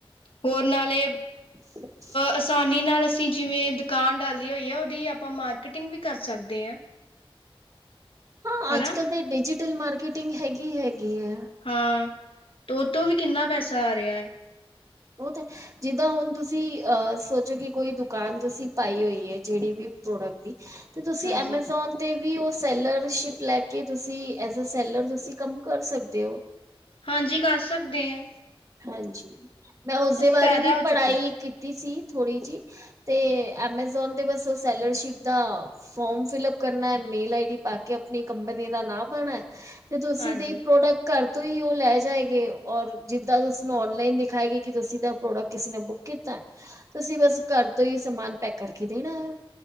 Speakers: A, on the left; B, on the right.
A: ਹੋਰ ਨਾਲੇ
B: ਹ <unintelligible>
A: ਆਸਾਨੀ ਨਾਲ ਅਸੀਂ ਜਿਵੇਂ ਦੁਕਾਨ ਡਾਲੀ ਹੋਈ ਆ, ਉਹਦੀ ਆਪਾਂ ਮਾਰਕੀਟਿੰਗ ਵੀ ਕਰ ਸਕਦੇ ਆਂ।
B: ਹਾਂ
A: ਹਨਾ,
B: ਅੱਜ ਕੱਲ ਤੇ, ਡਿਜੀਟਲ ਮਾਰਕੀਟਿੰਗ ਹੈਗੀ ਹੈਗੀ ਹੈ
A: ਹਾਂ ਤੇ ਉਹ ਤੋਂ ਵੀ ਕਿੰਨਾ ਪੈਸਾ ਆ ਰਿਹਾ ਹੈ
B: ਉਹ ਤੇ ਜਿੱਦਾਂ ਹੁਣ ਤੁਸੀਂ ਅਹ ਸੋਚੋ ਕਿ ਕੋਈ ਦੁਕਾਨ ਤੁਸੀਂ ਪਾਈ ਹੋਈ ਹੈ ਜਿਹੜੀ ਵੀ ਪ੍ਰੋਡਕਟ ਦੀ। ਤੇ ਤੁਸੀਂ
A: ਹਾਂਜੀ,
B: ਐਮਾਜ਼ਾਨ ਤੇ ਵੀ ਉਹ ਸੈਲਰਸ਼ਿਪ ਲੈ ਕੇ ਤੁਸੀਂ ਐਜ ਅ ਸੈਲਰ ਤੁਸੀਂ ਕੰਮ ਕਰ ਸਕਦੇ ਹੋ।
A: ਹਾਂਜੀ ਕਰ ਸਕਦੇ ਐ।
B: ਹਾਂਜੀ ਮੈਂ ਉਸਦੇ ਬਾਰੇ
A: ਫਾਇਦਾ
B: ਵੀ
A: ਹੋ
B: ਪੜ੍ਹਾਈ
A: ਚੁੱਕਿਆ
B: ਕੀਤੀ ਸੀ ਥੋੜ੍ਹੀ ਜਿ। ਤੇ ਐਮਾਜ਼ੋਨ ਤੇ ਬਸ ਉਹ ਸੈਲਰਸ਼ਿਪ ਦਾ ਫੋਰਮ ਫਿਲਅਪ ਕਰਨਾ ਮੇਲ ਆਈ ਡੀ ਪਾ ਕੇ ਆਪਣੀ ਕੰਪਨੀ ਦਾ ਨਾਂ ਪਾਉਣਾ। ਤੇ ਤੁਸੀਂ
A: ਹਾਂਜੀ
B: ਦੀ ਪ੍ਰੋਡਕਟ ਘਰ ਤੋਂ ਹੀ ਉਹ ਲੈ ਜਾਏਗੇ ਔਰ ਜਿ ਤਦ ਉਸਨੂੰ ਔਨਲਾਈਨ ਦਿਖਾਏਗੀ ਕਿ ਤੁਸੀਂ ਦਾ ਪ੍ਰੋਡਕਟ ਕਿਸੇ ਨੇ ਬੁੱਕ ਕਿਤਾ। ਤੁਸੀਂ ਬਸ ਘਰ ਤੋਂ ਹੀ ਸਮਾਨ ਪੈਕ ਕਰਕੇ ਦੇਣਾ ਹੈ।